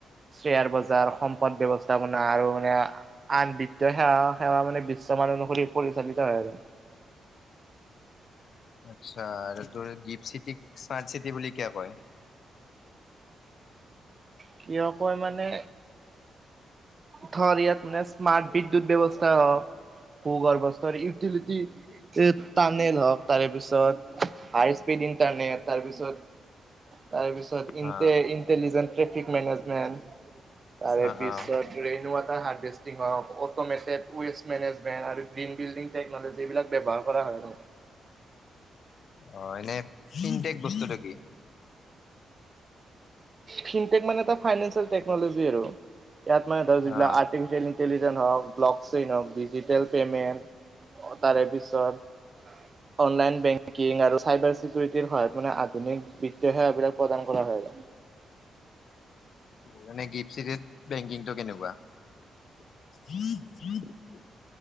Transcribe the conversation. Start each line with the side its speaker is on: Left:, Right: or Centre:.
Right: শ্বেয়াৰ বজাৰ সম্পদ ব্যৱস্থাপনা আৰু মানে আন বিত্তীয় সেৱা সেৱা মানে। বিশ্বামান অনুসৰি পৰিচালিত হয় আৰু
Left: আচ্ছা আৰু তোৰ দীপ চিটিক স্মাৰ্ট চিটি বুলি কিয় কয়।
Right: কিয় কয় মানে। ধৰ ইয়াত মানে স্মাৰ্ট বিদ্যুত ব্যৱস্থা ভূ গৰ্ভস্থৰ ইউটিলিটি। টানেল হওক তাৰে পিছত হাই স্পীড ইন্টাৰনেট তাৰপিছত, তাৰপিছত
Left: অ
Right: ইটেলিজ ট্ৰেফিক মেনেজমেণ্ট। তাৰে
Left: অ
Right: পিছত
Left: অ
Right: ৰেণ ওৱাটাৰ হা অট'মেটেড ৱেষ্ট মেনেজমেন্ট আৰু গ্ৰীণ বিল্ডিং টেকনলজী এইবিলাক ব্যৱহাৰ কৰা হয়।
Left: অ এনে পিনটেক বস্তুটো কি।
Right: ফিনটেক মানে এটা ফাইনেন্ঞ্চিয়েল টেকনলজি আৰু ইয়াত মানে তই যিবিলাক
Left: অ
Right: আৰটি ফিচিয়েল ইণ্টেলিজেন হওঁক, চ হওক ডিজিটেল পেমেণ্ট তাৰে পিছত, অনলাইন বেংকিং আৰু চাইবাৰ চিকিউৰিটিৰ সহায়ত মানে আধুনিক বিত্তীয় সেৱাবিলাক প্ৰদান কৰা হয়।
Left: মানে গিফ্ট চিটি বেংকিংটো কেনেকুৱা। <inaudible>